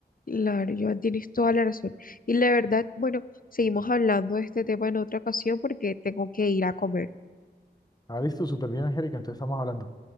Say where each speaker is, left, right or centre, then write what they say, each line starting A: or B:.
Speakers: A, on the left; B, on the left.
A: Claro, Joan, tienes toda la razón. Y la verdad, bueno, seguimos hablando de este tema en otra ocasión porque tengo que ir a comer.
B: Ah, listo, súper bien, Angélica, entonces estamos hablando.